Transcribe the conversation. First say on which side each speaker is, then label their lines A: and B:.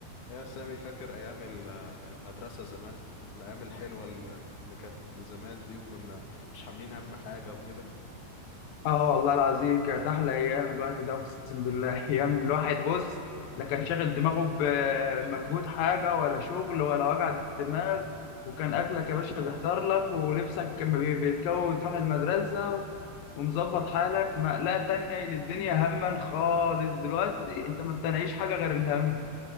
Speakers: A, on the left; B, on the left.
A: يا سامي فاكر أيام ال- المدرسة زمان الأيام الحلوة ال- اللي كانت زمان دي وكنا مش عاملين هم حاجة وكده
B: اه والله العظيم كانت احلى ايام الوقت ده اقسم بالله <laughs> ايام الواحد بص لا كان شاغل دماغه بمجهود حاجه ولا شغل ولا وجع دماغ وكان اكلك يا باشا بيحضر لك ولبسك كان بي- بيتكون تروح المدرسه ومظبط حالك مقلقه تانية للدنيا هما خالص دلوقتي انت ما بتنعيش حاجه غير الهم